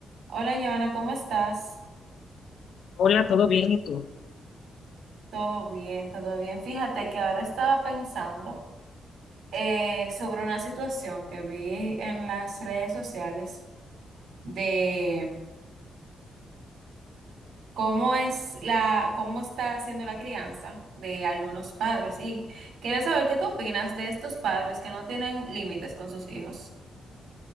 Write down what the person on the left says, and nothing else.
Hola, ¿todo bien? ¿Y tú?